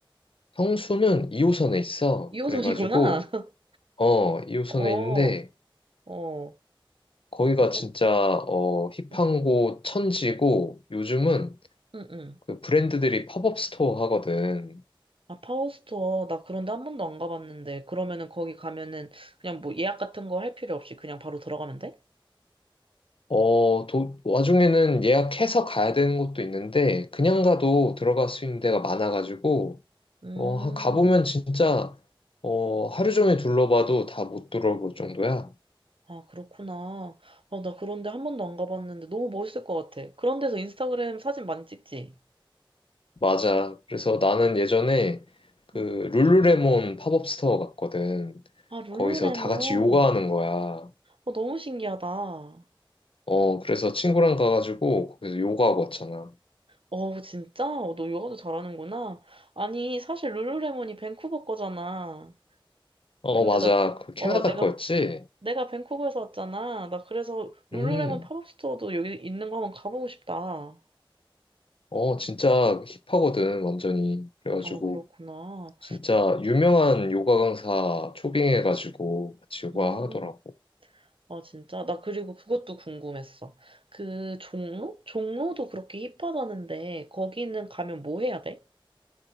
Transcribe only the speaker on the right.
2호선이구나.
<laughs>
어, 어,
어,
어,
음,
음, 음.
아, 파워스토어. 나 그런데 한 번도 안 가봤는데. 그러면은 거기 가면은 그냥 뭐 예약 같은 거 할 필요 없이 그냥 바로 들어가면 돼?
음.
아, 그렇구나. 아, 나 그런데 한 번도 안 가봤는데 너무 멋있을 것 같아. 그런 데서 인스타그램 사진 많이 찍지?
음.
아, 룰루레몬.
어, 너무 신기하다.
어, 진짜? 어, 너 요가도 잘하는구나. 아니, 사실 룰루레몬이 밴쿠버 거잖아.
근데
나,
어, 내가,
내가 밴쿠버에서 왔잖아. 나 그래서 룰루레몬
팝업 스토어도 여기 있는 거 한번 가보고 싶다.
아, 그렇구나.
음.
아, 진짜? 나 그리고 그것도 궁금했어. 그 종로? 종로도 그렇게 힙하다는데 거기는 가면 뭐 해야 돼?